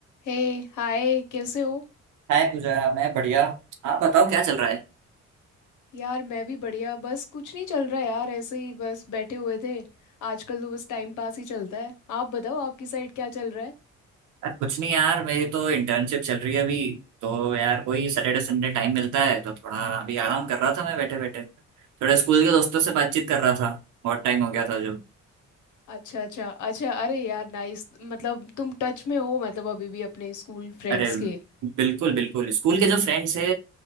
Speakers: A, on the left; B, on the right.
A: हे हाय कैसे हो
B: हाय पूजा मैं बढ़िया आप बताओ क्या चल रहा है
A: यार मैं भी बढ़िया बस कुछ नहीं चल रहा यार ऐसे ही बस बैठे हुए थे आजकल तो बस टाइम पास ही चलता है आप बताओ आपकी साइड क्या चल रहा है
B: यार कुछ नहीं यार मेरी तो इंटर्नशिप चल रही है अभी तो यार कोई सैटरडे संडे टाइम मिलता है तो थोड़ा अभी आराम कर रहा था मैं बैठे बैठे थोड़ा स्कूल के दोस्तों से बातचीत कर रहा था बहुत टाइम हो गया था जो
A: अच्छा अच्छा अच्छा अरे यार नाइस मतलब तुम टच में हो मतलब अभी भी अपने स्कूल फ्रेंड्स
B: अरे
A: के
B: बिल्कुल बिल्कुल स्कूल के जो फ्रेंड्स है